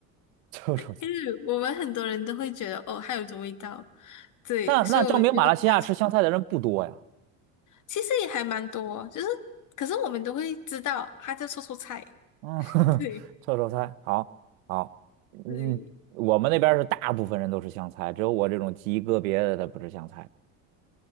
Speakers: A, on the right; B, on the left.
A: 臭臭菜。
B: 因为我们很多人都会觉得哦，它有一种味道，对，
A: 那那证明马来西亚吃香菜的人不多呀。
B: 所以我们就会叫它臭臭菜。其实也还蛮多，就是可是我们都会知道它叫臭臭菜，
A: 嗯，<laughs>
B: 对
A: 臭臭菜，好，好，嗯，
B: 对，
A: 我们那边是大部分人都吃香菜，只有我这种极个别的他不吃香菜。